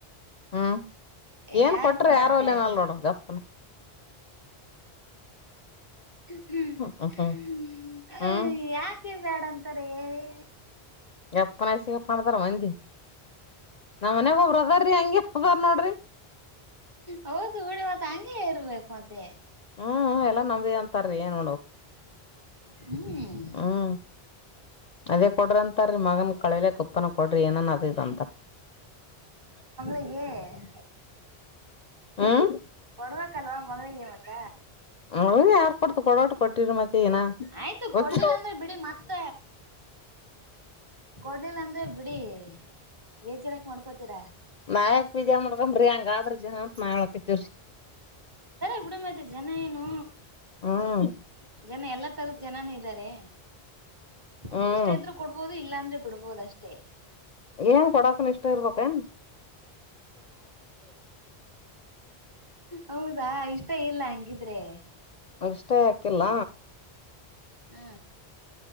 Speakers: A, on the left; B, on the right.
A: ಹ್ಮ್ ಏನ್
B: ಯಾರು
A: ಕೊಟ್ರ
B: ಕೊೂಡ
A: ಯಾರೋ
B: ಅಂತ
A: ಅಲ್ಲೇನಲ್
B: ಹೇಳಿದ್ದ
A: ನೋಡು ಗಪ್ಪನ
B: <inaudible> ಹ್ಮ
A: ಹ್ಮ್ ಹ್ಮ್
B: ಯಾಕೆ ಬೇಡ ಸರಿ ಹೇಳಿ
A: ಎಪ್ಪನ ಹೆಐಸಗ ಪೊಂಡದಾರ ಒಂದ ನಮ್ಮ್ ಮನ್ಗ ಒಬ್ರಸರಿ ಹಂಗಗೆ ಬರ್ ನೋಡ್ರಿ
B: ಹೌದು ಹುಳಿ ಮಾ ಹಂಗೆ ಪದೇ
A: ಹ್ಮ್ ಎಲ್ಲಾ ನಮ್ದಿ ಅಂತಾರರಿ ಏನ್ ನೋಡಕ್
B: ಹ್ಮ್
A: ಹ್ಮ್ ಅದೇ ಕೊಡ್ರಿ ಅಂತಾರೀ ಮಗಮ ಕಳಲ ಕುಪ್ಪನ ಕೊಡ್ರಿ ಏನನ್ ಅದದಂತಾರ
B: ಹೌದು
A: ಹ್ಮ್
B: ಕೊಡ್ವಕ್ಲ್ವಾ ಮಗಳಿಗೆ ಮತ್ತ
A: ಅವಗ ಯಾರ್ ಕೊಡ್ತ ಕೊಡಟ ಕೊಟ್ಟಿರ ಮತ್ತೆ ನ
B: ಆಯ್ತು
A: ಗ
B: ಕೊಡ್ಲಿಲ್ಲ ಅಂದ್ರೆ ಬಿಡಿ ಮತ್ತ ಕೊಡ್ಲಿಲ್ಲ ಅಂದ್ರೆ ಬಿಡಿ ಬೇಜಾರಕ್ ಮಾಡ್ಕೋತೀರಾ
A: ಮಯಕ್ ಬಿದ್ಯಾ ಮುಕಂಬ್ರಿ ಹಂಗಾದ್ರ ಜನ ಅಂತತ್ ಮಾಡ್ಳಕತಿವ್ರರಿ
B: ಕಡಮೆತ್ತ ಜನ ಏನು
A: ಹ್ಮ್
B: ಜನ ಎಲ್ಲಾ ತರದ ಜನಾನ ಇದ್ದಾರೆ ನಮ್ಗೆ
A: ಹ್ಮ್
B: ಇಷ್ಟ ಇದ್ರರು ಕೊಡ್ಬೋದು ಇಲ್ಲಾಂದ್ರೆ ಬಿಡ್ಬೋದ ಅಷ್ಟೇ
A: ಏನ್ ಕೊಡಾಕನ್ ಇಷ್ಟ ಇರ್ಬಕ್ನ್
B: ಹೌದಾ ಇಷ್ಟ ಇಲ್ಲ ಇಲ್ಲ ಹಂಗಿದ್ರೆ
A: ಇಷ್ಟೇ ಯಾಕಿಲ್ಲ
B: ಹ್ಮ